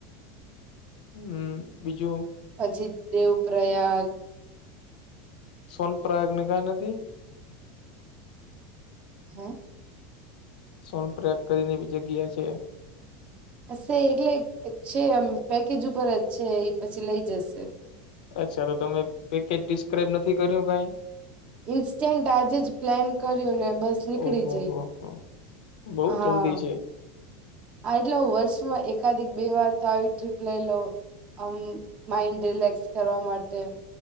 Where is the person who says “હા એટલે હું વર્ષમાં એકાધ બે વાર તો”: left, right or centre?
Right